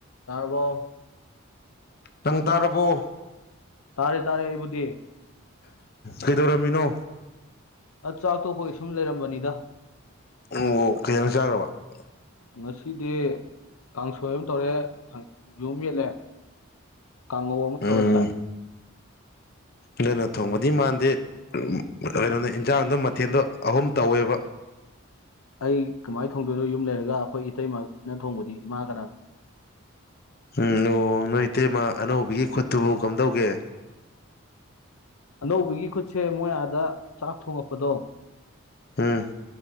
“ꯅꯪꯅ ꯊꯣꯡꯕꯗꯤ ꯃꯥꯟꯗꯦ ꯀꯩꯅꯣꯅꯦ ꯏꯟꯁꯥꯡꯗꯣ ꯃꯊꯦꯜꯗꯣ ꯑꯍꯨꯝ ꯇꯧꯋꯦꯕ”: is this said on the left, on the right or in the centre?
Left